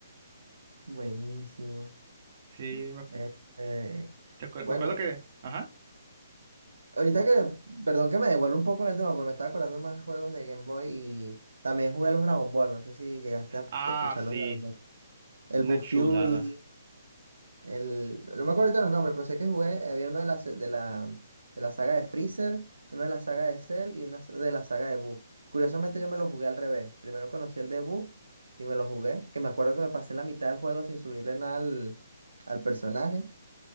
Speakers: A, on the right; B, on the right.
A: Buenísimo.
B: Sí, me,
A: Este,
B: te acuer-
A: bueno,
B: me acuerdo que... Ajá.
A: ahorita que, perdón que me devuelvo un poco en el tema, porque me estaba acordando más juegos de Game Boy y también jugué los Dragon Ball, no sé si llegaste a
B: Ah,
A: escuchar
B: sí,
A: los Dragon Ball. El
B: una
A: Buu
B: chulada.
A: Fury. El, no me acuerdo ahorita los nombres, pero sé que jugué, había una de las de la, de la saga de Freezer, una de la saga de Cell y una de la saga de Boo. Curiosamente yo me lo jugué al revés. Primero conocí el de Boo y me lo jugué, que me acuerdo que me pasé la mitad del juego sin subirle nada al, al personaje